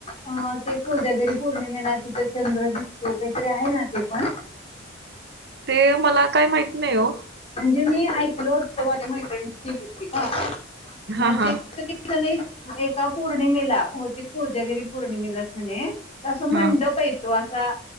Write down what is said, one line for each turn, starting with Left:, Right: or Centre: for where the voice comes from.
Left: ह ते कोजागिरी पौर्णिमेला तिथे चंद्र दिसतो, काहीतरी आहे ना ते. कोण?
Right: ते मला काय माहित नाही, ओ.
Left: म्हणजे मी ऐकल होत तिथं माझी मैत्रीण गेली होती ना
Right: हा हा
Left: ती <inaudible> एका पौर्णिमेला, बहुतेक कोजागिरी पौर्णिमेलाच म्हणे त असा मंडप
Right: हा
Left: येतो असं